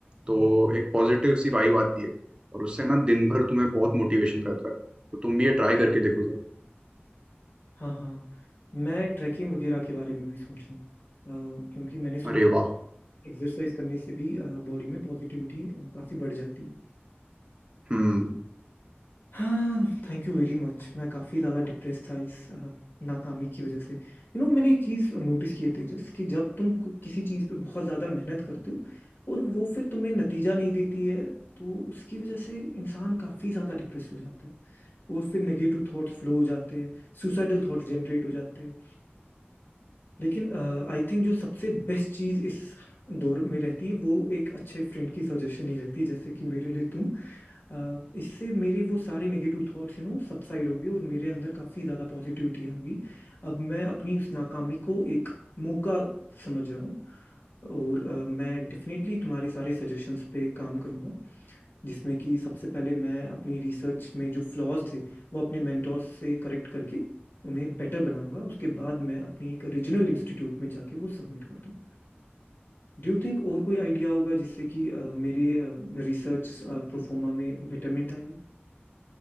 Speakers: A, on the left; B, on the right.
A: हम्म,
B: तो एक पॉजिटिव सी वाइब आती है और उससे ना दिन भर तुम्हें बहुत मोटिवेशन रहता है तो तुम भी ये ट्राई करके देखो जरा
A: हाँ हाँ मैं ट्रैकिंग वगैरह के बारे में भी सोच रहा हूँ अ, क्योंकि मैंने सुना
B: अरे
A: है
B: वाह
A: एक्सरसाइज करने से भी बॉडी में पॉजिटिविटी काफ़ी बढ़ जाती है
B: हम्म
A: हाँ थैंक यू वेरी मच मैं काफ़ी ज़्यादा डिप्रेस था इस अ, नाकामी की वजह से यू you नो know, मैंने एक चीज़ नोटिस की है तेजस कि जब तुम कु- किसी चीज़ पे बहुत ज़्यादा मेहनत करते हो और वो फिर तुम्हें नतीजा नहीं देती है तो उसकी वजह से इंसान काफ़ी ज़्यादा डिप्रेस हो जाता है और फिर नेगेटिव थॉट्स फ्लो हो जाते हैं सुसाइडल थॉट्स जनरेट हो जाते हैं लेकिन आई थिंक जो सबसे बेस्ट चीज़ इस दौर में रहती है वो एक अच्छे फ्रेंड की सजेशन ही रहती है जैसे कि मेरे लिए तुम अ, इससे मेरे वो सारे नेगेटिव थॉट्स यू नो सबसाइड हो गए और मेरे अंदर काफ़ी ज़्यादा पॉजिटिविटी आ गई अब मैं अपनी इस नाकामी को एक मौका समझ रहा हूँ और अ, मैं डेफिनेटली तुम्हारे सारे सजेशंस पे काम करूँगा जिसमें कि सबसे पहले मैं अपनी रिसर्च में जो फ्लॉज थे वो अपने मेंटोर्स से करेक्ट करके उन्हें बेटर बनाऊंगा उसके बाद मैं अपनी एक रीजनल इंस्टीट्यूट में जाके वो सबमिट कर दूँ डू यू थिंक और कोई आइडिया होगा जिससे कि अ, मेरे रिसर्च प्रोफोमा में बेटरमेंट